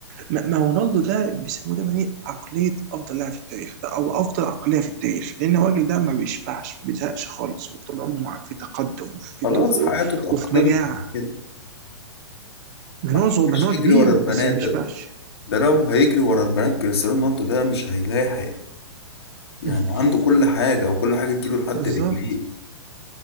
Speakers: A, on the right (about 35°); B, on the left (about 60°).
A: ما ما رونالدو ده بيسموه دايما ايه عقليه افضل لاعب في التاريخ ده او افضل عقليه في التاريخ لان الراجل ده ما بيشبعش ما بيزهقش خالص هو طول عمره في تقدم وفي
B: خلاص
A: طفو
B: حياته اتأقلمت
A: وفي مجاعه
B: على كده
A: منوع
B: ما حبش
A: صغير منوع
B: يجري
A: كبير
B: ورا البنات
A: بس ما
B: ده
A: بيشبعش
B: ده لو هيجري ورا البنات كريستيانو رونالدو ده مش هيلاحق يعني
A: <laughs>
B: عنده كل حاجة وكل حاجة تجيله لحد
A: بالظبط
B: رجليه